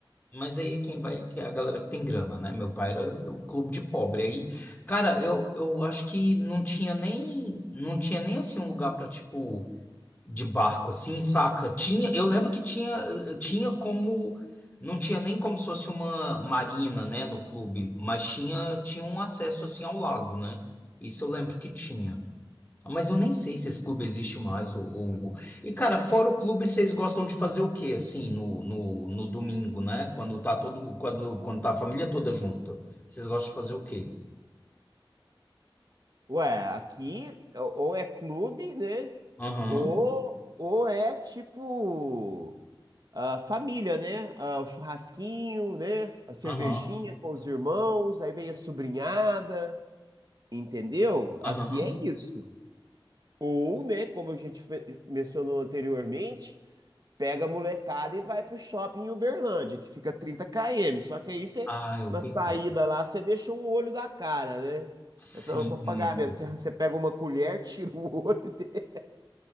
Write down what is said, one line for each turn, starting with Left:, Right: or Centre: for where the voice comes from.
Left: Mas aí é quem vai, que é a galera que tem grana, né? Meu pai era o clube de pobre. Aí, cara, eu, eu acho que não tinha nem, não tinha nem, assim, um lugar pra, tipo, de barco, assim, saca? Tinha, eu lembro que tinha, eh, tinha como... Não tinha nem como se fosse uma marina, né, no clube, mas tinha, tinha um acesso, assim, ao lago, né? Isso eu lembro que tinha. Mas eu nem sei se esse clube existe mais, ô- ô Hugo. E, cara, fora o clube, vocês gostam de fazer o quê, assim, no, no, no domingo, né? Quando tá todo, quando, quando tá a família toda junta. Vocês gostam de fazer o quê?
Right: Ué, aqui ou ou é clube, né?
Left: Aham,
Right: Ou, ou é tipo a família, né? Ah, o churrasquinho, né? A cervejinha
Left: aham,
Right: com os irmãos, aí vem a sobrinhada, entendeu?
Left: aham.
Right: Aqui é isso. Ou, né, como a gente fe- mencionou anteriormente, Pega a molecada e vai pro shopping em Uberlândia, que fica 30 km. Só que aí você,
Left: Ah, eu
Right: na
Left: bebo.
Right: saída lá, você deixa um olho da cara, né?
Left: Sim,
Right: Eu falo, "Qual o pagamento, você você pega uma colher, <laughs> tira o olho, <laughs>